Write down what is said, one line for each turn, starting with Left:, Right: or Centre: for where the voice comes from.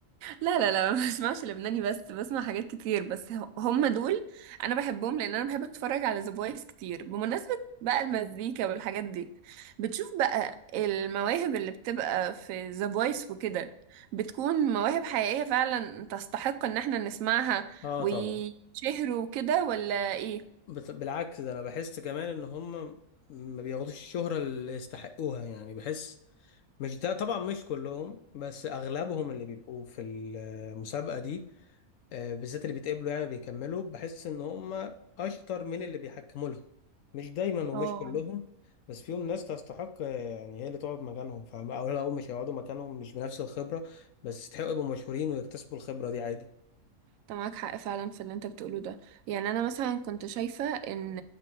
Right: لا لا لا <laughs> ما بسمعش لبناني بس بسمع حاجات كتير بس ه- هم دول انا بحبهم لان انا بحب اتفرج على ذا فويس كتير بمناسبة بقى المزيكا والحاجات دي بتشوف بقى المواهب اللي بتبقى في ذا فويس وكده بتكون مواهب حقيقية فعلا تستحق ان احنا نسمعها
Left: اه
Right: ويشهروا
Left: طبعا
Right: وكده ولا ايه
Left: بت- بالعكس ده انا بحس كمان ان هم ما بياخدوش الشهرة اللي يستحقوها يعني بحس مش ده طبعا مش كلهم بس اغلبهم اللي بيبقوا في المسابقة دي آه، بالذات اللي بيتقبلوا يعني بيكملوا بحس ان هم اشطر من اللي بيحكموا لهم مش دايما
Right: اه
Left: ومش كلهم بس فيهم ناس تستحق آه، يعني هي اللي تقعد مكانهم فاهم او لو مش هيقعدوا مكانهم مش بنفس الخبرة بس يستحقوا يبقوا مشهورين ويكتسبوا الخبرة دي عادي
Right: انت معاك حق فعلا في اللي انت بتقوله ده يعني انا مثلا كنت شايفة ان